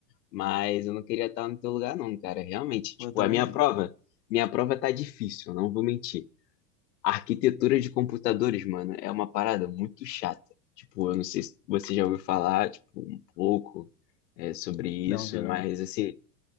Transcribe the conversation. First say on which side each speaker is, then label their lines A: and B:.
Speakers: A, on the left; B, on the left.
A: mas eu não queria estar no teu lugar, não, cara. Realmente,
B: Pô,
A: tipo,
B: eu também.
A: a minha prova, minha prova tá difícil, eu não vou mentir. A arquitetura de computadores, mano, é uma parada muito chata. Tipo, eu não sei se você já ouviu falar, tipo, um pouco, é, sobre isso,
B: Não, vi não.
A: mas, assim,